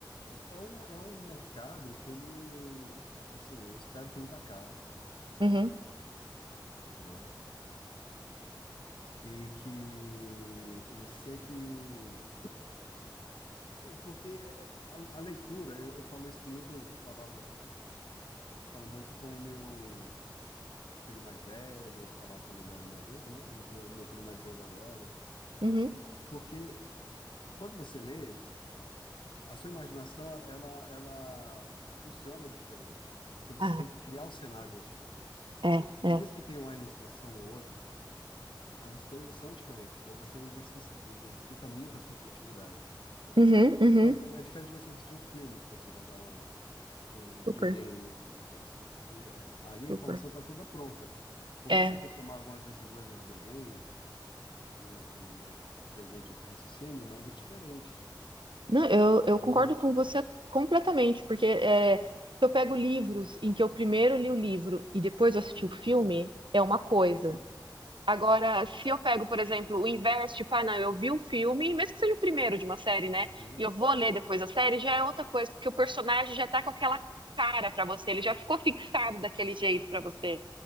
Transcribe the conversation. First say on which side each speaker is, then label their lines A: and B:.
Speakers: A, on the left; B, on the right.
A: É um, é um mercado que ele, assim, eu espero que nunca acabe,
B: Uhum,
A: né? E que ele sempre. Sim, porque é- é- a, a leitura, eu, eu falo isso muito, eu falava, falo muito com o meu filho mais velho, falava quando ele era mais novo, né? E com o meu filho mais novo agora,
B: uhum,
A: com as crianças. Porque quando você lê, a sua imaginação, ela, ela, ela funciona diferente, porque você
B: Ah,
A: tem que criar os cenários na sua cabeça. Você
B: é,
A: tem que,
B: é.
A: mesmo que tenha uma ilustração ou outra, mas as coisas são diferentes. Então você exerci- exercita muito a sua criatividade.
B: uhum, uhum.
A: E quando é diferente de você assistir um filme, de você jogar uma- um videogame,
B: Super,
A: qualquer coisa assim, porque é, ali a
B: super.
A: informação está toda pronta. Por
B: É,
A: mais que você tenha que tomar algumas decisões no videogame, e né, ter algum tipo de raciocínio, mas é diferente.
B: não, eu,
A: É
B: eu
A: muito
B: concordo com
A: diferente.
B: você completamente, porque é, se eu pego livros em que eu primeiro li o livro e depois eu assisti
A: Uhum,
B: o filme, é uma coisa.
A: uhum,
B: Agora, se eu pego, por exemplo, o inverso, tipo, ah, não, eu vi o filme, mesmo que seja o primeiro de uma série, né?
A: uhum.
B: E eu vou ler depois a série, já é outra coisa, porque o personagem já tá com aquela cara pra você, ele já ficou fixado daquele jeito pra você,